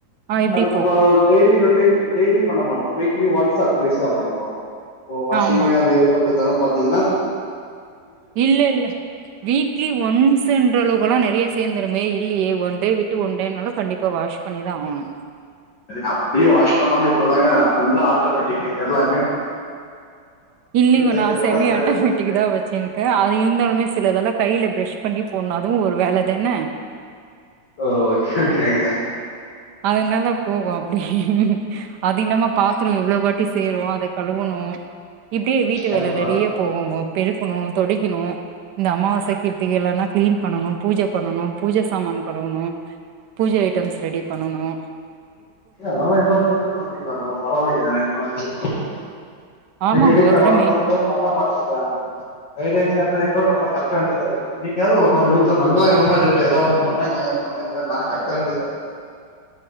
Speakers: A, on the right (about 70°); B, on the left (about 65°).
A: ஆஹ் எப்படி
B: நம்மோ டெய்லி ரொட்டே டெய்லி பண்ண மாட்டோம் வீக்லி ஒன்ஸ் ஆர் ட்விய்ஸ பண்றோ ஓஹ் வாஷிங்க
A: ஆமா
B: அந்த இது பண்றது தான் த் தீனா
A: இல்ல இல்ல வீக்லி ஒன்ஸ்ன்ற அளவுக்கல்லா நறைய சேந்துருமே இல்லையே ஒன் டே விட்டு ஒண்டேன்னாலு கண்டிப்பா வாஷ் பண்ணிதான் ஆகணும்
B: அப்பிடியே வாஷ் பண்ணாலு இப்பதாங்க ஃபுல்லா ஆட்டோமேட்டிக் எல்லா
A: இல்லைங்க
B: துவைக்கிறதெல்லாம்
A: நான் செமி
B: இல்லவே
A: ஆட்டோமேட்டிக்
B: இல்லையே
A: தா வச்சுருக்கே அது இருந்தாலுமே சிலதெல்லா கைல பிரஷ் பண்ணி போடனு அதுவு ஒரு வேல தென
B: ஓகே ஓகேங்க
A: அதனால போகும் அப்டி அது இல்லாம பாத்தரோ எவ்ளோ வாட்டி சேரு அத கழுவணு இப்டியே வீட்டு
B: கண்டிப்பா
A: வேல நறைய போகு பெருக்கனு தொடைக்கனு இந்த அமாவாசை கீர்த்திக எல்லானா கிளீன் பண்ணனு பூஜ பண்ணனும் பூஜ சாமான் கழுவனு பூஜ ஐட்டம்ஸ் ரெடி பண்ணனும்
B: எங்க அதெல்லா இன்னு மெயின்டன் பண்றீங்களா அதெல்லாம் பரவாயில்லைங்க நிஜமாவே சூப்பருங்க
A: ஆமாங்கோ
B: எங்க வீட்ல அதெல்லா
A: மெயின்
B: மெயின்டன்னே பண்ண மாட்டோன்றாங்க ஃப்ரைடே சாட்டர்டே கூட நம்ம கத்த வேண்டியதா இருக்கு இன்னைக்காவது ஒரு நாள் வீட்டுல மங்களகரமா இருக்கட்டு ஏதோ ஒன்னு பண்ணுங்களே பண்ணுங்களே நா கத் வேண்டியதா இருக்கு